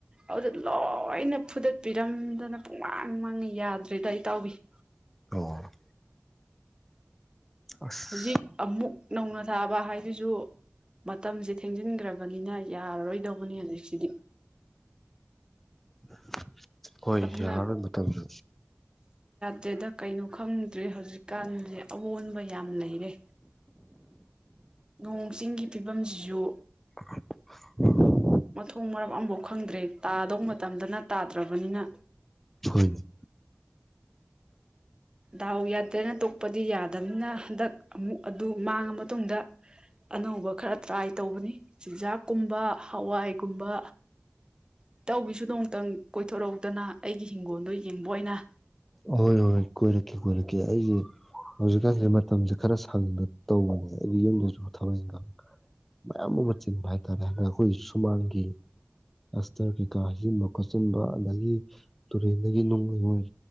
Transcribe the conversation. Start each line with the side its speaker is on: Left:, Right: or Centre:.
Right: ꯑꯗꯨꯗ ꯂꯣꯏꯅ ꯐꯨꯗꯠꯄꯤꯔꯝꯗꯅ ꯄꯨꯡꯃꯥꯡ ꯃꯥꯡꯉ ꯌꯥꯗ꯭ꯔꯦꯗ ꯑꯩ ꯇꯥꯎꯋꯤ ꯑ
Centre: ꯑꯣ ꯑꯁ
Right: ꯍꯧꯖꯤꯛ ꯑꯃꯨꯛ ꯅꯧꯅ ꯊꯥꯕ ꯍꯥꯏ ꯑꯗꯨꯁꯨ ꯃꯇꯝꯁꯦ ꯊꯦꯡꯖꯤꯟꯈ꯭ꯔꯕꯅꯤꯅ ꯑꯩ ꯌꯥꯔꯔꯣꯏꯗꯧꯕꯅꯤ ꯍꯧꯖꯤꯛꯁꯤꯗꯤ
Centre: <unintelligible> ꯍꯈꯣꯏ
Right: ꯑꯗꯨꯅ
Centre: ꯌꯥꯔꯔꯣꯏ ꯃꯇꯝꯗ
Right: ꯁꯤꯗ ꯀꯩꯅꯣ ꯈꯪꯗ꯭ꯔꯦ ꯍꯧꯖꯤꯛꯀꯥꯟꯁꯦ ꯑꯑꯣꯟꯕ ꯌꯥꯝ ꯂꯩ ꯒꯤ ꯅꯣꯡꯣꯡ ꯆꯤꯡꯒꯤ ꯐꯤꯕꯝꯁꯤꯁꯨ
Centre: <unintelligible>
Right: ꯃꯊꯣꯡ ꯃꯔꯨꯞ ꯑꯃꯐꯥꯎ ꯈꯪꯗ꯭ꯔꯦ ꯇꯥꯗꯧ ꯃꯇꯝꯗꯅ ꯇꯥꯗ꯭ꯔꯕꯅꯤꯅ
Centre: ꯍꯣꯏꯅꯣꯏ
Right: ꯗꯥꯎ ꯌꯥꯗ꯭ꯔꯦꯅ ꯇꯣꯛꯄꯗꯤ ꯌꯥꯗꯕꯅꯤꯅ ꯍꯟꯗꯛ ꯑꯃꯨꯛ ꯑꯗꯨ ꯃꯥꯡꯉ ꯃꯇꯨꯡꯗ ꯑꯅꯧꯕ ꯈꯔ ꯇ꯭ꯔꯥꯏ ꯇꯧꯕꯅꯤ ꯆꯤꯟꯖꯥꯛꯀꯨꯝꯕ ꯍꯋꯥꯏꯒꯨꯝꯕ ꯏ ꯇꯧꯒꯤꯁꯨꯗꯣ ꯑꯃꯨꯛꯇꯪ ꯀꯣꯏꯊꯣꯔꯧꯗꯅ ꯑꯩꯒꯤ ꯍꯤꯡꯒꯣꯜꯗꯣ ꯌꯦꯡꯕ ꯑꯣꯏꯅ
Centre: ꯑꯍꯣꯏ ꯍꯣꯏꯣꯏ ꯀꯣꯏꯔꯛꯀꯦ ꯀꯣꯏꯔꯛꯀꯦ ꯑꯩꯁꯦ ꯍꯧꯖꯤꯛꯀꯥꯟꯁꯦ ꯃꯇꯝꯁꯦ ꯈꯔ ꯁꯪꯕ ꯇꯧꯕꯅꯦ ꯑꯩꯒꯤ ꯌꯨꯝꯗꯁꯨ ꯊꯕꯛ ꯏꯪꯈꯥꯡ ꯃꯌꯥꯝ ꯑꯃ ꯆꯤꯟꯕ ꯍꯥꯏ ꯇꯔꯦ ꯍꯗ ꯑꯩꯈꯣꯏꯒꯤꯁꯨ ꯁꯨꯃꯥꯡꯒꯤ ꯑꯁꯇꯔ ꯀꯩꯀꯥ ꯍꯩꯖꯤꯟꯕ ꯈꯣꯠꯆꯤꯟꯕ ꯑꯗꯒꯤ ꯇꯨꯔꯦꯟꯗꯒꯤ ꯅꯨꯡꯩꯉꯣꯏ